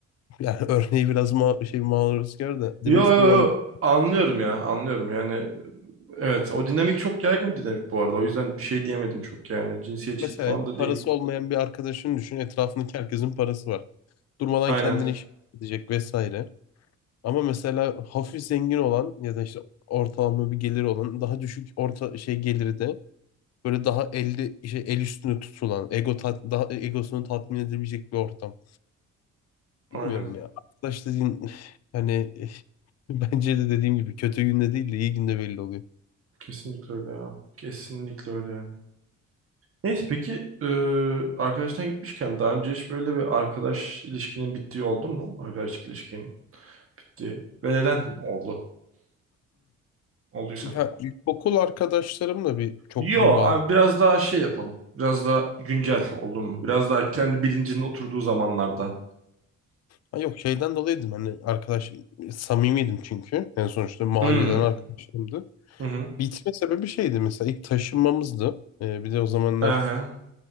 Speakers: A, on the left; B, on the right.
A: Yani <laughs> örneği biraz ma şey maruzkar da demek
B: Yo
A: istediğim
B: yo yo
A: anlaşılıyor.
B: anlıyorum ya anlıyorum yani evet o dinamik çok yaygın bir dinamik bu arada o yüzden bir şey diyemedim çok yani cinsiyetçilik
A: Mesela
B: falan da
A: parası
B: değil.
A: olmayan bir arkadaşını düşün. Etrafındaki herkesin parası var. Durmadan
B: Aynen
A: kendini iş edecek vesaire. Ama mesela hafif zengin olan ya da işte ortalama bir geliri olan daha düşük orta şey geliri de böyle daha elde şey el üstünde tutulan ego tat, daha egosunu tatmin edebilecek bir ortam.
B: aynen
A: Bilmiyorum ya. Arkadaş dediğin <sighs> hani eh, <laughs> bence de dediğim gibi kötü günde değil de iyi günde belli oluyor.
B: kesinlikle öyle ya kesinlikle öyle yani. Neyse peki e, arkadaştan gitmişken daha önce hiç böyle bir arkadaş ilişkinin bittiği oldu mu? Arkadaşlık ilişkinin bittiği ve neden oldu? Olduysa
A: Ya
B: da.
A: ilkokul arkadaşlarımla bir çok
B: Yo
A: bir bağım.
B: abi biraz daha şey yapalım biraz daha güncel oldu mu? Biraz daha kendi bilincinin oturduğu zamanlarda.
A: Ha yok şeyden dolayıydım hani arkadaş samimiydim çünkü. En sonuçta mahalleden
B: Hmm.
A: arkadaşlarımdı.
B: Hı hı.
A: Bitme sebebi şeydi mesela ilk taşınmamızdı. Ee, bir de o zamanlar
B: Aha.